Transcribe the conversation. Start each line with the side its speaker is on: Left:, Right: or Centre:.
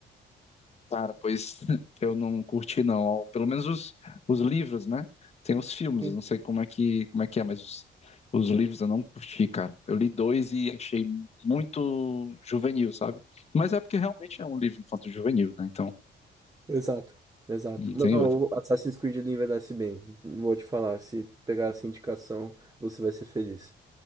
Left: Cara, pois <laughs> eu não curti não. Pelo menos os, os livros, né? Tem os filmes,
Right: Sim.
Left: eu não sei como é que, como é que é, mas os, os livros eu não curti, cara. Eu li dois e achei muito juvenil, sabe? Mas é porque realmente é um livro infanto-juvenil, né? Então,
Right: Exato, exato.
Left: não tem
Right: Não,
Left: outra.
Right: o Assassin's Creed ele envelhece bem. Vou te falar, se pegar essa indicação, você vai ser feliz.